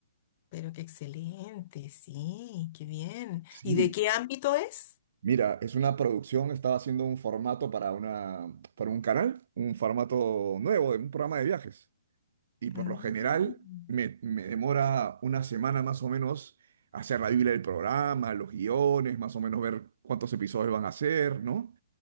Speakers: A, on the left; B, on the right.
A: Pero qué excelente, sí, qué bien.
B: Sí,
A: ¿Y de qué ámbito es?
B: mira, es una producción, estaba haciendo un formato para una, para un canal, un formato nuevo, de un programa de viajes. y por
A: Mm,
B: lo general me, me demora una semana más o menos hacer la Biblia del programa, los guiones, más o menos ver cuántos episodios van a hacer, ¿no?